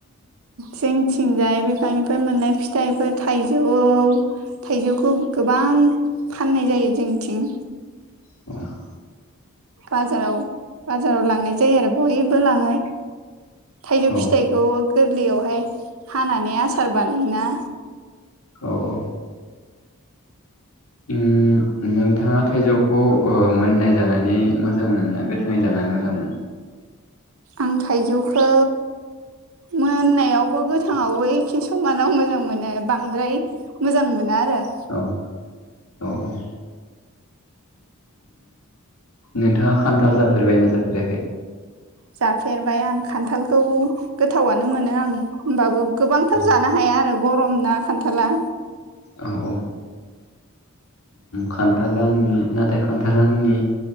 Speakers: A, on the right; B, on the left.
A: जंथिंजाय बिफांनिफ्राय मोननाय फिथाइफोर थाइजौ थाइजौखौ गोबां फाननाय जायो जोंनिथिं
B: <inaudible>
A: बाजाराव बाजाराव लांनाय जायो आरो बयबो लाङो थाइजौ
B: औ
A: फिथाइ थ गोरलैयावहाय हानानै आसार बानायोना
B: औ औ <inaudible> नोंथाङा थाइजौखौ मोननाय जानानै मोजां मोनो ना गोथाङै जानानै मोजां मोनो
A: आं थाइजौखौ मोननायावबो गोथाङावै एखे समानाव मोजां मोनो बांद्राय मोजां मोनो आरो
B: औ औ औ नोंथाङा खान्थाल जाफेरबायना जाफेराखै
A: जाफेरबाय आं खान्थालखौ गोथावनो मोनो आं होमबाबो गोबांथार
B: औ
A: जानो हाया आरो गरम ना खान्थाला
B: औ औ खान्थाल आंनि नाथाय खान्थाल आंनि